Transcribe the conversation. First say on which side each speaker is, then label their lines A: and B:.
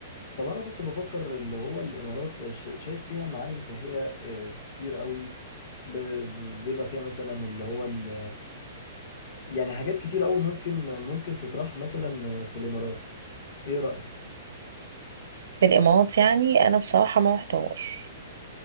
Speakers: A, on the left; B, on the right.
A: طب انا كنت بفكر اللي هو الامارات ش- شايف فيها معالم سياحيه آه، كتير قوي ب- بيبقى فيها مثلا اللي هو ال... يعني حاجات كتير قوي ممكن ممكن تطرح مثلا في الامارات ايه رايك
B: في الامارات يعني انا بصراحة ما رحتهاش